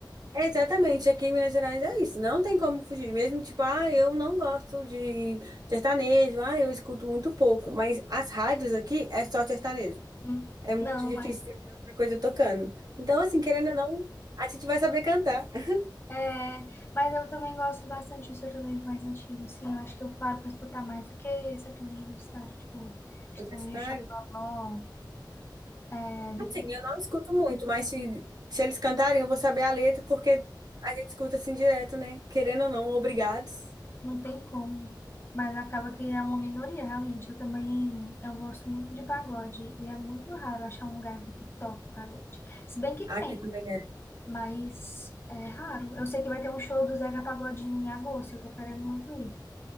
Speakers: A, on the right (about 55°); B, on the left (about 30°).
A: É, Exatamente, aqui em Minas Gerais é isso, não tem como fugir, mesmo tipo, ah, eu não gosto de sertanejo, ah, eu escuto muito pouco, mas as rádios aqui é só sertanejo,
B: Hum,
A: é muito
B: Não,
A: difícil
B: é.
A: ter outra coisa tocando. Então, assim, querendo ou não, a gente vai saber cantar. <laughs>
B: É, mas eu também gosto bastante do sertanejo mais antigo, assim, eu acho que eu paro pra escutar mais do que sertanejo universitário, tipo, Estourinho
A: Universitário?
B: Chororó, é, Vitor,
A: Assim, eu não escuto muito, mas se, se eles cantarem, eu vou saber a letra, porque a gente escuta assim direto, né? Querendo ou não, obrigados.
B: não tem como, mas acaba que é uma minoria, realmente, eu também, eu gosto muito de pagode, e é muito raro achar um lugar aqui que toque pagode, se bem que
A: Aqui
B: tem,
A: também é.
B: mas é raro, eu sei que vai ter um show do Zeca Pagodinho em agosto, eu tô querendo muito ir,